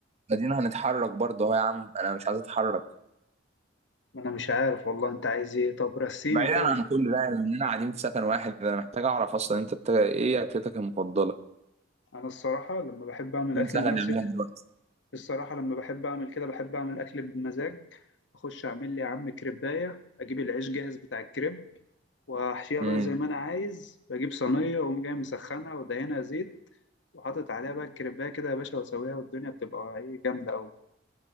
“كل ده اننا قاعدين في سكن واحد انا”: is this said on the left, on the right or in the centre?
Right